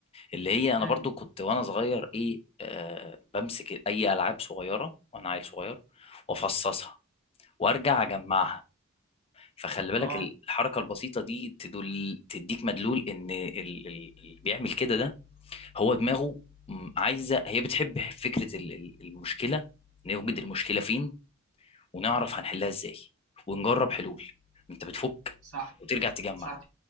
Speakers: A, on the left; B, on the right.
A: اللي هي انا
B: مم.
A: برضو كنت وانا صغير ايه آه بمسك اي العاب صغيره وانا عيل صغير وافصصها وارجع اجمعها فخلي بالك
B: اه
A: ال- الحركه البسيطه دي تدل تديك مدلول ان ال- ال- اللي بيعمل كده ده هو دماغه م- عايزه هي بتحب فكره ال- ال- المشكله نوجد المشكله فين ونعرف هنحلها ازاي ونجرب حلول انت بتفك
B: صح
A: وترجع تجمع
B: صح